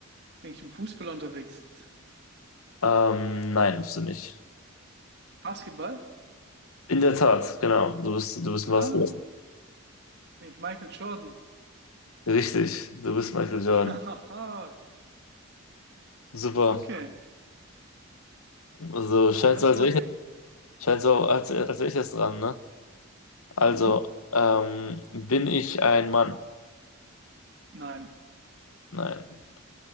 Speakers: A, on the right (about 50°); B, on the left (about 75°).
A: bin ich im Fußball unterwegs?
B: Ähm, nein, bist du nicht.
A: Basketball?
B: In der Tat, genau. Du bist, du bist
A: Ah,
B: ein Basketballer.
A: bin ich Michael Jordan?
B: Richtig, du bist Michael Jordan.
A: <laughs>
B: Super.
A: Ja, Okay,
B: Also scheint
A: kannst
B: so, als
A: loslegen.
B: wäre ich, scheint so, als, als wäre ich jetzt dran, ne? Also,
A: Mhm.
B: ähm, bin ich ein Mann?
A: Nein,
B: Nein.